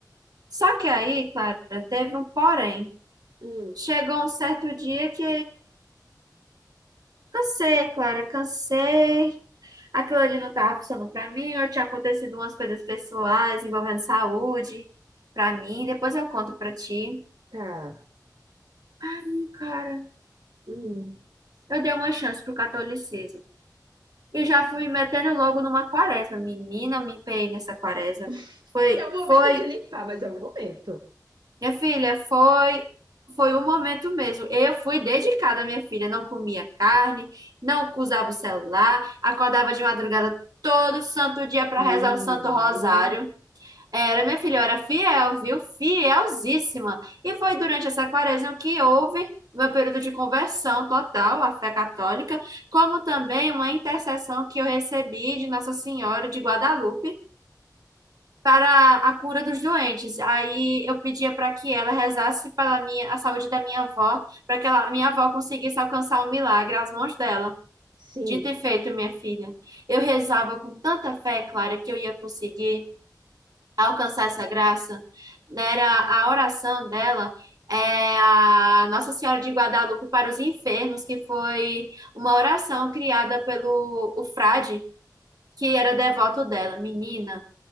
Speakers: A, on the right; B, on the right.
A: Só que aí, Clara, teve um porém.
B: Hum,
A: Chegou um certo dia que Cansei, Clara, cansei. Aquilo ali não tava funcionando pra mim. Eu tinha acontecido umas coisas pessoais envolvendo saúde pra mim. Depois eu conto pra ti.
B: tá.
A: Ai, cara,
B: Hum.
A: eu dei uma chance pro catolicismo. E já fui metendo logo numa quaresma. Menina, me empenhei nessa quaresma.
B: <laughs>
A: Foi,
B: É o momento
A: foi
B: de limpar, mas é o momento.
A: Minha filha, foi foi um momento mesmo. Eu fui dedicada à minha filha, não comia carne, não usava o celular, acordava de madrugada todo santo dia para rezar
B: Menina.
A: o Santo Rosário. Era, minha filha, eu era fiel, viu? Fielzíssima. E foi durante essa quaresma que houve meu período de conversão total à fé católica, como também uma intercessão que eu recebi de Nossa Senhora de Guadalupe para a cura dos doentes. Aí eu pedia para que ela rezasse pela minha, a saúde da minha avó, para que ela, minha avó conseguisse alcançar o milagre às mãos dela.
B: Sim,
A: Dito e feito, minha filha. Eu rezava com tanta fé, Clara, que eu ia conseguir alcançar essa graça. Era a oração dela. É a Nossa Senhora de Guadalupe para os enfermos, que foi uma oração criada pelo o frade, que era devoto dela. Menina,